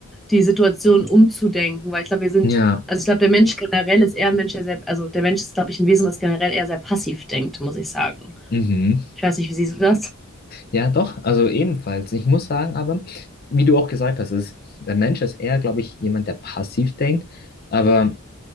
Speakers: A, in the centre; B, on the left (about 45°).
A: die Situation umzudenken? Weil ich glaube, wir sind,
B: Ja,
A: also ich glaube, der Mensch generell ist eher ein Mensch, der sehr, also der Mensch ist, glaube ich, ein Wesen, das generell eher sehr passiv denkt, muss ich sagen.
B: mhm.
A: Ich weiß nicht, wie siehst du das?
B: Ja, doch, also ebenfalls. Ich muss sagen, aber, wie du auch gesagt hast, ist, der Mensch ist eher, glaube ich, jemand, der passiv denkt. Aber